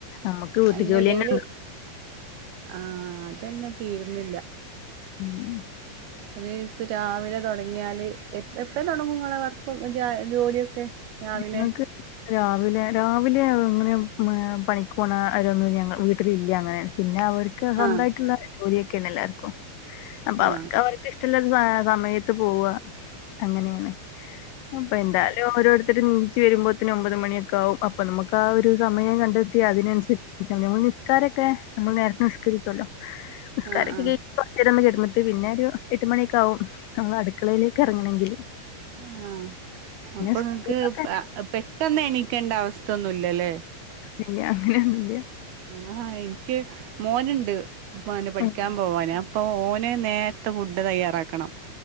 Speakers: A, on the left (about 85°); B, on the right (about 80°).
A: നമ്മുക്ക് വീട്ടു
B: അയ്ന്റെടീൽ.
A: ജോലി തന്നെ ഉണ്ട്
B: ആഹ് അതന്നെ തീരുന്നില്ല.
A: ഉം ഉം.
B: ഒരീസ രാവിലെ തുടങ്ങിയാല് എഎപ്പ തുടങ്ങുംങ്ങളെ വർക്കും ജോലിയൊക്കെ. രാവിലെ
A: ഞമ്മക്ക്. രാവിലെ രാവിലെ ഇങ്ങനെ പണിക്ക് പോണ അവരൊന്നും ഞങ്ങ വീട്ടിലില്ല അങ്ങനെ. പിന്നെ അവർക്ക് സ്വന്തമായിട്ടുള്ള
B: ആ
A: ജോലിയൊക്കെണ് എല്ലാർക്കും അപ്പൊ
B: ആ
A: അവർക്ക് അവർക്ക് ഇഷ്ടള്ളൊരു സ സമയത്ത് പോവ അങ്ങനെണ്. അപ്പൊ എന്തായാലും ഓരോരുത്തര് നീച്ചു വരുമ്പോത്തിന് ഒമ്പത് മണിയൊക്കെ ആവും അപ്പൊ നമുക്ക് ആ ഒരു സമയങ്ങട്ട്. അതിനനുസരി നിസ്കാരംക്കെ നമ്മൾ നേരത്തെ നിസ്കരിക്കല്ലോ നിസ്കാരൊക്കെ
B: ആ ആ ആ
A: കൈ. കൊറച്ചെരംന്ന് കിടന്നിട്ട് പിന്നെരു എട്ട് മണിയൊക്കെയാവും ഞങ്ങൾ അടുക്കളേലേക്ക് ഇറങ്ങണങ്കില്.
B: ആഹ് അപ്പൊങ്ങക്ക്
A: സ്കൂളൊക്കെ
B: പെട്ടെന്ന് എണീക്കണ്ട അവസ്ഥ ഒന്നുല്ലല്ലേ.
A: ല്ല്യ അങ്ങനെയൊന്നും ഇല്ല്യ.
B: ആഹ് എനിക്ക് മോന്ണ്ട് പഠിക്കാൻ
A: ഉം
B: പോവാന് അപ്പൊ ഓന് നേര ത്ത ഫുഡ് തയ്യാറാക്കണം